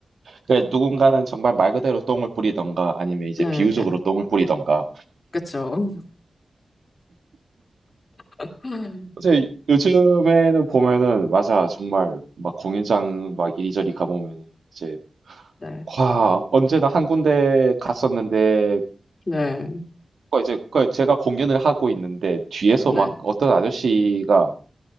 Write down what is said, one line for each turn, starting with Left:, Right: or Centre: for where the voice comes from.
Right: 그 누군가는 정말 말 그대로 똥을 뿌리던가 아니면 이제
Left: 네,
Right: 비유적으로 똥을 뿌리던가
Left: 그쵸. <laughs> 네,
Right: 이제 요즘에는 보면은 맞아. 정말 막 공연장 막 이리저리 가보면은 이제
Left: 네,
Right: 와 언제나 한 군데 갔었는데
Left: 네.
Right: 그 이제 그 제가 공연을 하고 있는데 뒤에서
Left: 네.
Right: 막 어떤 아저씨가